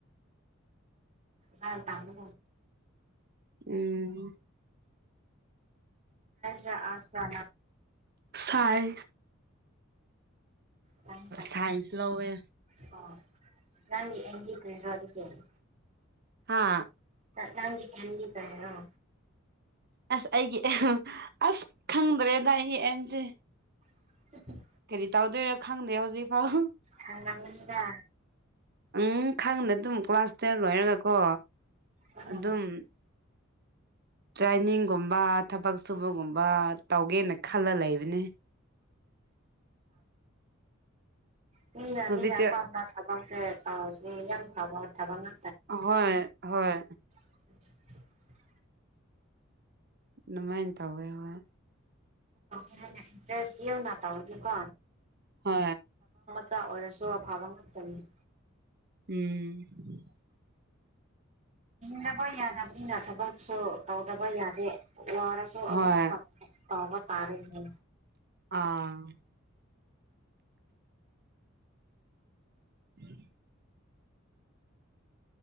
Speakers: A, on the right; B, on the right.
A: ꯑ ꯇꯥꯡꯦ
B: ꯎꯝ
A: ꯖ ꯑꯁꯥ
B: ꯁꯥꯏ
A: ꯍ ꯀ
B: ꯁꯥꯏꯟꯁ ꯂꯧꯋꯦ
A: ꯍ ꯅꯪ ꯑꯦꯡꯦ ꯀ ꯑꯗꯨ ꯀꯜꯂꯤ
B: ꯍꯥꯥ
A: ꯅꯪ ꯑꯦꯗꯤ ꯀꯔꯔꯣ
B: ꯑꯁ ꯑꯩꯒꯤ ꯑꯦꯝ ꯑꯁ ꯈꯪꯗ꯭ꯔꯦꯗ ꯑꯩꯒꯤ ꯑꯦꯝꯁꯦ
A: <inaudible> <unintelligible>
B: ꯍꯧ ꯇꯧꯗꯣꯏꯔꯥ ꯈꯪꯗꯦ ꯍꯧꯖꯤꯛꯐꯥꯎ
A: ꯍꯔꯝꯗ
B: ꯎꯪ ꯈꯥꯡꯗ ꯑꯗꯨꯝ ꯀ꯭ꯂꯥꯁ ꯇꯦꯟ ꯂꯣꯏꯔꯒꯀꯣ
A: ꯎꯝ
B: ꯑꯗꯨꯝ ꯇ꯭ꯔꯦꯅꯤꯡꯒꯨꯝꯕ ꯊꯕꯛ ꯁꯨꯕꯒꯨꯝꯕ ꯇꯧꯒꯦꯅ ꯈꯜꯂ ꯂꯩꯕꯅꯤ
A: ꯃꯤꯅ
B: ꯍꯧꯖꯤꯛꯇꯤ
A: ꯃꯤꯅ ꯑꯄꯥꯝꯕ ꯊꯕꯛꯁꯦ ꯇꯥꯎꯗꯔꯤ ꯌꯥꯝ ꯐꯕ ꯊꯥꯕꯉ
B: ꯍꯣꯏ ꯍꯣꯏ
A: <unintelligible> <inaudible>
B: ꯅꯅꯨꯡꯃꯥꯏꯅ ꯇ ꯑꯣꯏ ꯍ
A: ꯏꯟꯔꯦꯁ ꯌꯦꯧ ꯅ ꯇꯧ ꯍꯧꯗꯤꯀꯣ
B: ꯍ
A: ꯆ ꯑꯣꯏꯔ ꯁꯂ ꯐꯕ ꯉꯥꯛꯇꯥꯅꯤ
B: ꯎꯝ
A: ꯍꯕ ꯌꯥꯅ ꯑ ꯁꯨ ꯇꯧꯗꯕ ꯌꯥꯗꯦ ꯋꯥꯔꯁꯨ ꯑꯗꯨꯝ
B: ꯍꯣꯏ
A: ꯇꯧꯕ ꯇꯥꯔꯅꯦ
B: ꯑꯥ ꯎꯝ